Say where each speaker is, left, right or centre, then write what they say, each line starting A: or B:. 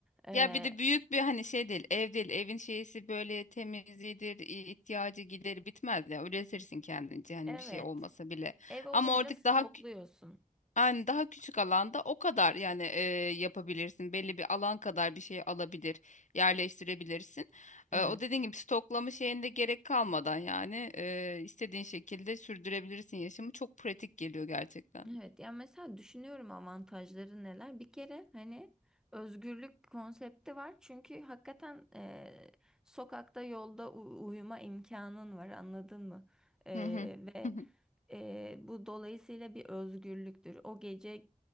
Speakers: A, in the centre; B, on the left (about 60°).
A: E,
B: Ya bir de büyük bir hani şey değil, ev değil. Evin şeysi böyle temizliğidir, i- ihtiyacı gideri bitmez ya. Üretirsin kendince hani
A: evet
B: bir şey olmasa bile.
A: ev olunca
B: Ama oradaki
A: stokluyorsun.
B: daha Yani daha küçük alanda o kadar yani e, yapabilirsin. Belli bir alan kadar bir şey alabilir, yerleştirebilirsin.
A: Evet.
B: E, o dediğin gibi stoklama şeyinde gerek kalmadan yani e, istediğin şekilde sürdürebilirsin yaşamı. Çok pratik geliyor gerçekten.
A: Evet ya mesela düşünüyorum avantajları neler. Bir kere hani özgürlük konsepti var. Çünkü hakikaten eee, sokakta yolda u- uyuma imkanın var anladın mı? Eee,
B: Hı hı.
A: ve
B: <laughs>
A: eee, bu dolayısıyla bir özgürlüktür. O gece